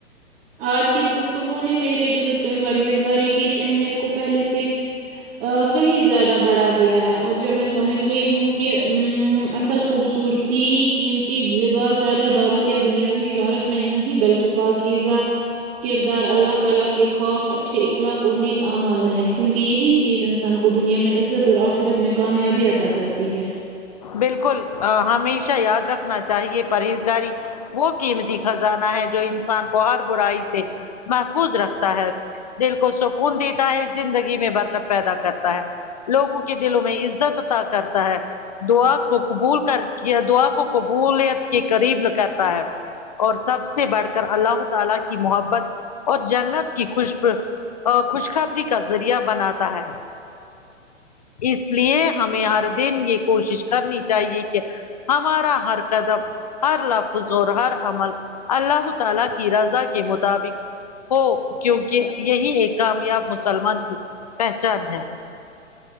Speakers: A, on the right (about 30°); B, on the left (about 35°).
A: آج کی اس گفتگو نے میرے دل پہ پرہیزگاری کی ایک اہمیت کو پہلے سے کہیں زیادہ بڑھا دیا ہے اور جب میں سمجھ گئی ہوں کہ اصل خوبصورتی قیمتی لباس زیادہ دولت یا دنیاوی شہرت میں نہیں بلکہ پاکیزہ کردار اللہ تعالی کے خوف اچھے اخلاق اور نیک اعمال میں ہے کیونکہ یہی چیز انسان کو دنیا میں عزت اور آخرت میں کامیابی عطا کرتی ہے
B: بالکل ہمیشہ یاد رکھنا چاہیے پرہیزگاری وہ قیمتی خزانہ ہے جو انسان کو ہر برائی سے محفوظ رکھتا ہے دل کو سکون دیتا ہے زندگی میں برکت پیدا کرتا ہے لوگوں کے دلوں میں عزت عطا کر تا ہے دعا کو قبول کر کے دعا کو قبولیت کے قریب کہتا ہے اور سب سے بڑھ کر اللہ ہو تعالی کی محبت اور جنت کی خوشبو و خوشخبری کا ذریعہ بناتا ہے اس لیے ہمیں ہر دن یہ کوشش کرنی چاہیے کہ ہمارا ہر قدم ہر لفظ اور ہر عمل اللہ تعالی کی رضا کے مطابق ہو کیونکہ یہی ایک کامیاب مسلمان کی پہچان ہے